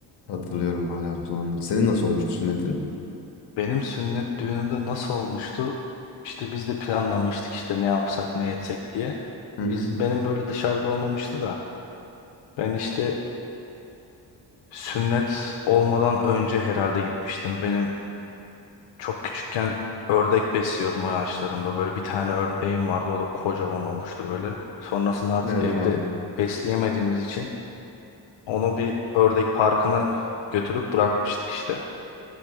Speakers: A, on the left (about 70°); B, on the left (about 85°).
A: Hatırlıyorum hala o zamanları. Senin nasıl olmuştu sünnetin?
B: Benim sünnet düğünümde nasıl olmuştu? İşte biz de planlamıştık işte ne yapsak ne etsek diye.
A: Hı hı.
B: Biz benim böyle dışarıda olmamıştı da. Ben işte sünnet olmadan önce herhalde gitmiştim. Benim çok küçükken ördek besliyordum o yaşlarımda. Böyle bir tane ördeğim vardı o da kocaman olmuştu böyle. Sonrasında artık
A: Evet
B: evde
A: abi.
B: besleyemediğimiz için onu bir ördek parkına götürüp bırakmıştık işte.